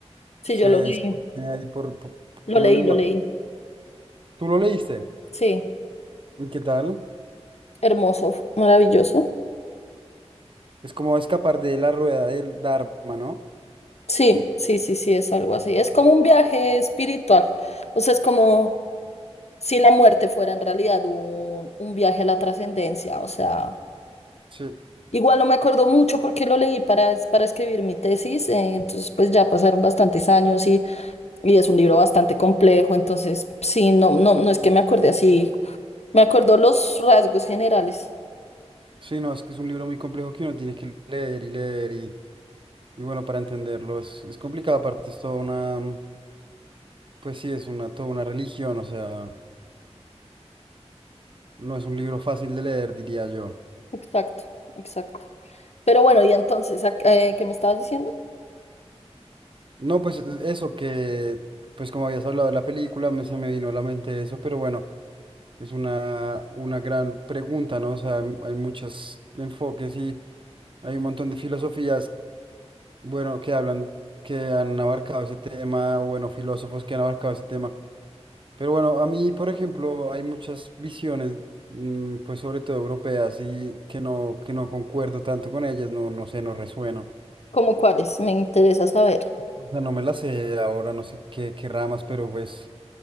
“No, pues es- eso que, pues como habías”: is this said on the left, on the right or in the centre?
Right